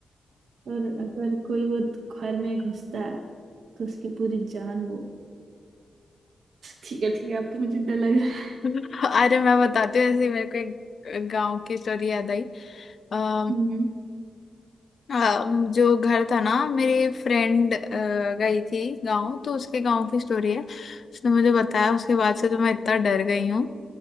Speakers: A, on the right; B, on the left.
A: और अगर कोई वो घर में घुसता है तो उसकी पूरी जान वो ठीक है ठीक है अब तो मुझे डर लग रहा है
B: अरे मैं बताती हूँ ऐसे ही मेरे को एक गांव की स्टोरी याद आई अः
A: हम्म
B: हाँ जो घर था ना मेरी फ्रेंड गई थी गांव तो उसके गांव की स्टोरी है उसने मुझे बताया उसके बाद से तो मैं इतना डर गई हूँ